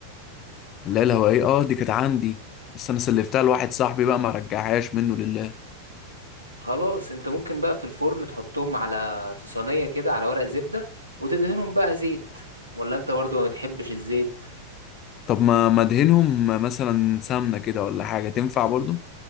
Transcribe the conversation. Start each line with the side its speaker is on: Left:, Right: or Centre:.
Left: لا الهوائية اه دي كانت عندي بس انا سلفتها لواحد صاحبي بقى ما رجعهاش منه لله
Right: خلاص انت ممكن بقى في الفرن تحطهم على في صينية كده على ورق زبدة وتدهنهم بقى زيت ولا انت برضو ما بتحبش الزيت
Left: طب ما ما ادهنهم مثلا سمنة كده ولا حاجة تنفع برضو